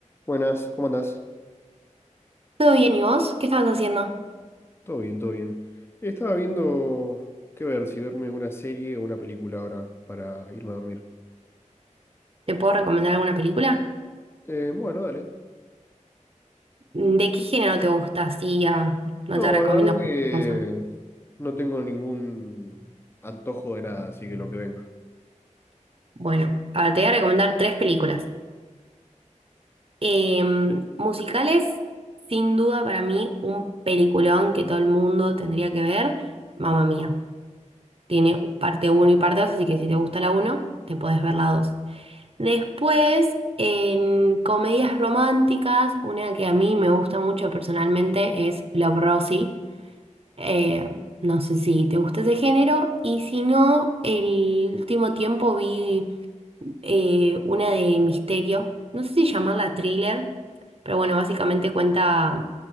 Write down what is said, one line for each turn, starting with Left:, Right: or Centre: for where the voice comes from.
Left: Buenas, ¿cómo andás?
Right: ¿Todo bien y vos? ¿Qué estabas haciendo?
Left: Todo bien, todo bien. Estaba viendo qué ver, si verme una serie o una película ahora para irme a dormir.
Right: ¿Te puedo recomendar alguna película?
Left: Eh, bueno, dale.
Right: ¿De qué género te gusta? Así ya no
Left: No,
Right: te recomiendo
Left: la verdad que
Right: cualquier cosa.
Left: no tengo ningún antojo de nada, así que lo que venga.
Right: Bueno, ahora te voy a recomendar tres películas. Em, musicales, sin duda para mí, un peliculón que todo el mundo tendría que ver, Mamma Mía. Tiene parte uno y parte 2, así que si te gusta la uno te podés ver la 2. Después, en comedias románticas, una que a mí me gusta mucho personalmente es Love, Rosie. Eh, no sé si te gusta ese género. Y si no, el último tiempo vi eh, una de misterio. No sé si llamarla thriller, pero bueno, básicamente cuenta,